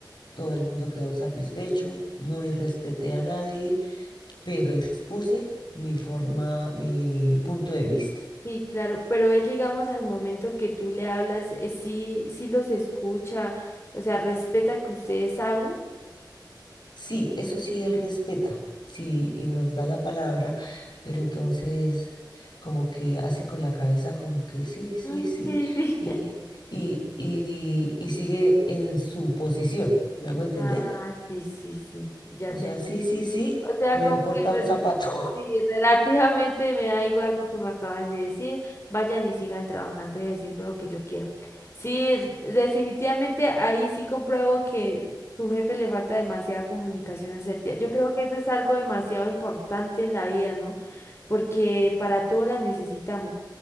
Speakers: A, on the left (about 70°); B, on the left (about 35°).
A: todo el mundo quedó satisfecho, no irrespeté a nadie, pero expuse mi forma, mi punto de vista.
B: Sí, claro, pero él, digamos, al momento que tú le hablas, eh, sí, sí los escucha, o sea, respeta que ustedes hablan.
A: Sí, eso sí, él respeta, sí, y nos da la palabra, pero entonces como que hace con la cabeza como que sí, sí,
B: Mm,
A: sí,
B: Sí, sí,
A: y, y, y, y sigue en su posición, ¿me hago entender?
B: Ah, sí, sí, sí, ya
A: O
B: te
A: sea,
B: entendí.
A: sí, sí, sí,
B: O sea,
A: me
B: como
A: importa
B: que re-
A: un zapato.
B: Sí, relativamente me da igual lo que me acaban de decir. Vayan y sigan trabajando y haciendo lo que yo quiero. Sí, definitivamente ahí sí compruebo que tu jefe le falta demasiada comunicación asertiva. Yo creo que eso es algo demasiado importante en la vida, ¿no? Porque para todo la necesitamos.